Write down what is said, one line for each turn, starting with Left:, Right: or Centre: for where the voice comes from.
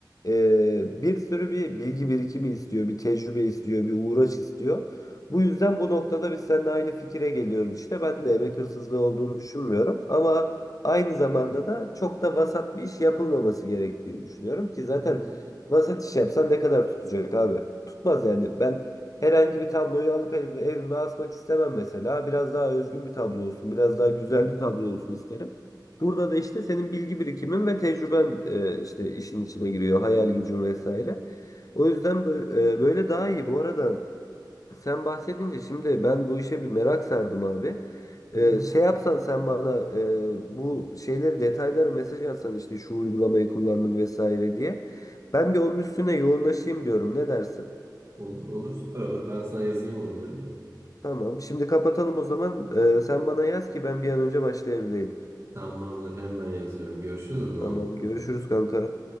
Left: e, bir sürü bir bilgi birikimi istiyor, bir tecrübe istiyor, bir uğraş istiyor. Bu yüzden bu noktada biz seninle aynı fikire geliyoruz işte. Ben de emek hırsızlığı olduğunu düşünmüyorum ama aynı zamanda da çok da vasat bir iş yapılmaması gerektiğini düşünüyorum ki zaten
Right: hı hı,
Left: vasat iş yapsan ne kadar tutacak abi? Tutmaz yani ben Herhangi bir tabloyu alıp ev- evime asmak istemem mesela. Biraz daha özgün bir tablo olsun, biraz daha güzel bir tablo olsun isterim. Burada da işte senin bilgi birikimin ve tecrüben e, işte işin içine giriyor, hayal gücün vesaire. O yüzden böyle, e, böyle daha iyi. Bu arada sen bahsedince şimdi ben bu işe bir merak sardım abi. E,
Right: hı hı.
Left: şey yapsan sen bana e, bu şeyleri detayları mesaj atsan işte şu uygulamayı kullandım vesaire diye. Ben bir onun üstüne yoğunlaşayım diyorum. Ne dersin?
Right: Olur olur süper olur. Ben sana yazayım onları.
Left: Tamam. Şimdi kapatalım o zaman. Ee, sen bana yaz ki ben bir an önce başlayabileyim.
Right: Tamamdır hemen yazıyorum. Görüşürüz o zaman.
Left: Tamam. Görüşürüz kanka.